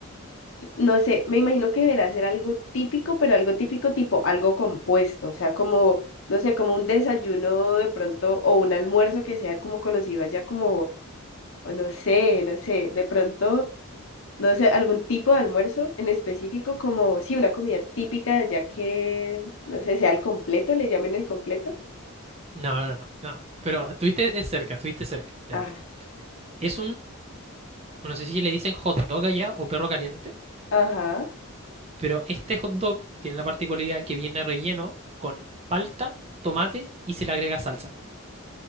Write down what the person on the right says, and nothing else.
No, no, no, no. no. Pero estuviste es cerca, estuviste cerca. Ya,
ver. Es un. No sé si le dicen hot dog allá o perro caliente.
Pero este hot dog tiene la particularidad que viene relleno con palta, tomate y se le agrega salsa.